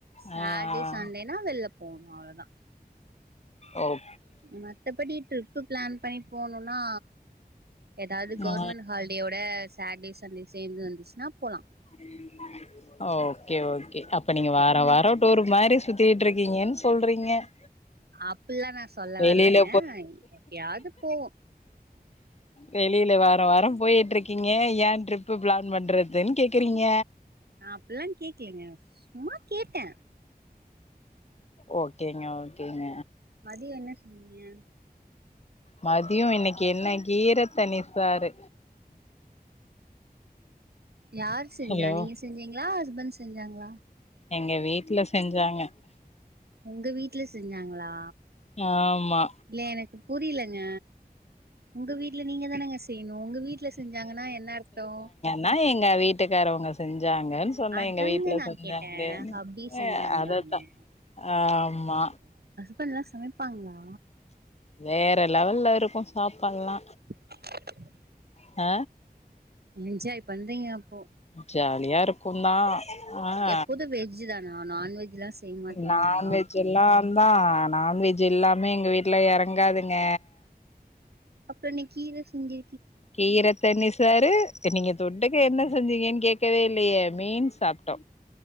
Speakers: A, on the right (about 80°); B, on the left (about 40°).
A: சாட்டே
B: ஆ
A: சண்டேனா வெளில போவோ அவ்ளதா
B: ஓ
A: மத்தபடி ட்ரிப்பு ப்ளான் பண்ணி போனுனா ஏதாது கவர்மெண்ட்
B: ஆ
A: ஹாலி டேயோட சேட்டே சண்டே சேந்து வந்திச்சினா போலா
B: <inaudible> ஆ ஓக்கே ஓக்கே அப்ப நீங்க வார வாரோ டூர் மாரி சுத்திட்டுருக்கீங்கன் சொல்றீங்க <inaudible>
A: அப்பிலா நா சொல்ல
B: வெளியில
A: வர்லங்க எப்பயாது போவோ
B: வெளில வார வார போயிட்ருக்கீங்க ஏ டரிப்பு ப்ளான் பண்றதுன் கே க்கிறீங்க
A: நா அப்பிலா கேக்கலிங்க சும்மா கேட்ட
B: ஓக்கேங்க ஓக்கேங்க
A: மதியோ என்ன செஞ்சிங்க
B: மதியோ இன்னக்கி என்ன கீர பண்ணிருப்பாரு
A: யார் செஞ்சா
B: ஹலோ
A: நீங்க செஞ்சீங்ளா ஹஸ்பண் செஞ்சாங்ளா
B: எங்க வீட்ல செஞ்சாங்க
A: உங்க வீட்ல செஞ்சாங்ளா
B: மாமா
A: இல்ல எனக்கு புரிலங்க உங்க வீட்ல நீங்க தானங்க செய்ணு உங்க வீட்ல செஞ்சாங்கனா என்ன அர்த்தோ
B: நா எங்க வீட்டுகாரவங்க செஞ்சாங்கன் சொன்ன
A: அதாங்க
B: எங்க வீட்ல
A: நா
B: செஞ்சாங்கனு
A: கேட்டே அப்டி
B: அ
A: செஞ்சாங்களான்னு
B: அதத்தா ஆமா
A: பண்லா சமைப்பாங்ளா
B: வேற லெவல்ல இருக்கூ சாப்பால்லா
A: <inaudible>
B: அ
A: என்ஜாய் பண்றீங்க அப்போ
B: ஜாலியா இருக்குந்தா ஆ ஆ
A: எப்போது வெஜ் தானா நான்வெஜ்லா செய்ய மாட்டீங்களா
B: நான் வெஜ் எல்லா ம்பா நான்வெஜ் எல்லாமே எங்க வீட்டுல எறங்காதுங்க
A: அப்ப இன்ன கீர செஞ்சி
B: கீரத் தண்ணி சாறு த நீங்க தொட்டுக்க என்ன செஞ்சீங்கன் கேக்கவே இல்லயே மீன் சாப்ட்டோ